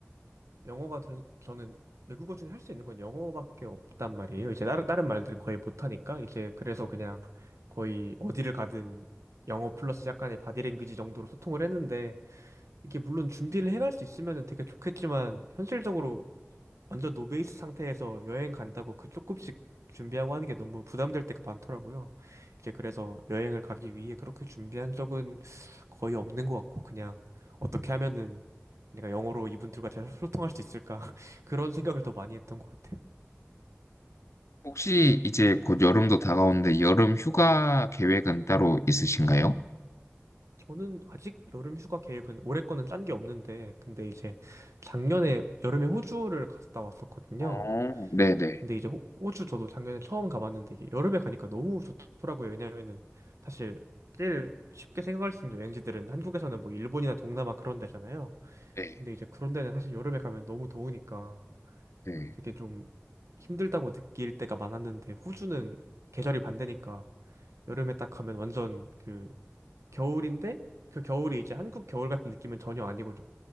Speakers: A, on the right; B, on the left.
A: 영어가 된, 저는 외국어 중에 할 수 있는 건 영어밖에 없단 말이에요. 이제 다른, 다른 말들은 거의 못하니까. 이제 그래서 그냥 거의 어디를 가든 영어 플러스 약간의 바디랭귀지 정도로 소통을 했는데, 이게 물론 준비를 해갈 수 있으면 되게 좋겠지만, 현실적으로 완전 노베이스 상태에서 여행 간다고 그 조금씩 준비하고 하는 게 너무 부담될 때가 많더라고요. 이제 그래서 여행을 가기 위해 그렇게 준비한 적은 거의 없는 것 같고 그냥 어떻게 하면은 내가 영어로 이분들과 잘 <laughs> 소통할 수 있을까 <laughs> 그런 생각을 더 많이 했던 것 같아요.
B: 혹시 이제 곧 여름도 다가오는데 여름 휴가 계획은 따로 있으신가요?
A: 저는 아직 여름 휴가 계획은 올해 거는 짠 게 없는데 근데 이제 작년에 여름에 호주를 갔다 왔었거든요.
B: 어, 네네.
A: 근데 이제 호, 호주 저도 작년에 처음 가봤는데 이게 여름에 가니까 너무 좋더라고요. 왜냐면은 사실 제일 쉽게 생각할 수 있는 여행지들은 한국에서는 뭐 일본이나 동남아 그런 데잖아요.
B: 네,
A: 근데 이제 그런 데는 사실 여름에 가면 너무 더우니까
B: 네.
A: 되게 좀 힘들다고 느낄 때가 많았는데 호주는 계절이 반대니까 여름에 딱 가면 완전 그 겨울인데 그 겨울이 이제 한국 겨울 같은 느낌은 전혀 아니고